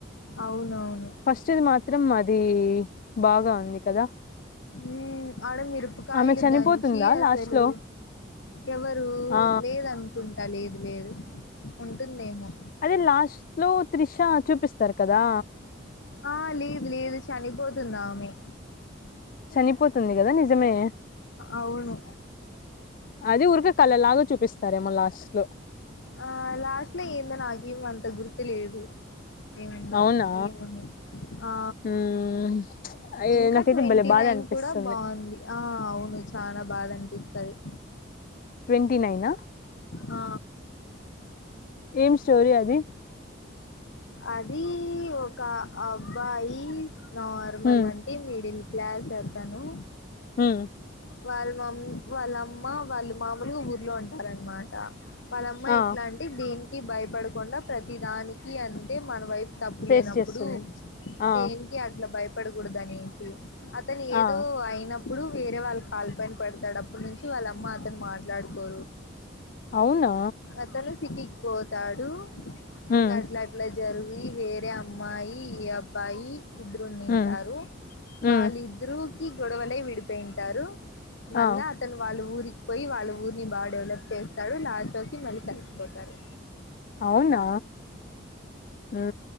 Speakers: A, on the left; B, on the left.
A: అవునవును
B: ఫస్ట్ది మాత్రం అది బాగా ఉంది కదా
A: ఉ ఆడ మిరపకాయలు
B: ఆమె చనిపోతుందా
A: దంచి అసలు
B: లాస్ట్ లో
A: ఎవరు
B: ఆ
A: లేదనుకుంటా లేదు లేదు ఉంటుందేమో
B: అదే లాస్ట్ లో త్రిషా చూపిస్తారు కదా
A: ఆ లేదు లేదు చనిపోతుందా ఆమే
B: చనిపోతుంది కదా నిజమే
A: అవును
B: అది ఊరక కళ్ళలాగా చూపిస్తారేమో లాస్ట్ లో
A: ఆ లాస్ట్ లో ఏందో నాకేమ అంత గుర్తు లేదు ఏముందో
B: అవునా
A: ఏముందో ఆ
B: మ్మ్ అయ్
A: ఇంకా
B: నాకైతే
A: ట్వంటీ
B: భలే బాధ
A: నైన్
B: అనిపిస్తుంది
A: కూడా బంది ఆ అవును చాల బాదనిపించింది తీస్తది
B: ట్వంటీ నైన్
A: ఆ
B: ఏం స్టోరీ అది
A: అది ఒక అబ్బాయి నార్మల్
B: మ్మ్
A: అంటే మిడిల్ క్లాస్ అతను
B: ఊఉ
A: వాళ్ళ మామ్ వాళ్ళమ్మ వాళ్ళు మామూలుగా ఊర్లో ఉంటారనమాట వలమ్మ
B: ఆ
A: ఎట్లాంటి దేనికి భయపడకుండా ప్రతి దానికి అంటే మన వైపు తప్పు
B: ఫేస్
A: లేనప్పుడు
B: చేస్తుంది ఆ
A: దేనికి అట్లా భయపడకూడదు అనేసి అతను
B: ఆ
A: ఏదో అయినప్పుడు వేరే వాళ్ళ కలపైనా పడతాడు అప్పుటి నుంచి వాళ్ళమ్మ అతను మాట్లాడు
B: అవునా
A: అతను సిటీకి పోతాడు
B: మ్మ్
A: ఇంకా అట్లా అట్లా జరుగి వేరే అమ్మాయి ఈ అబ్బాయి ఇద్దరు తింటారు
B: మ్మ్ మ్మ్
A: వాళ్ళిద్దరుకి గొడవలే విడిపోయింటారు మల్లా
B: ఆ
A: అతను వాళ్ళు ఊరికి పోయి వాళ్ళ ఊరిని బాగా డెవలప్ చేస్తారు లాచోకి మళ్ళీ కలిసిపోతారు
B: అవునా ఉ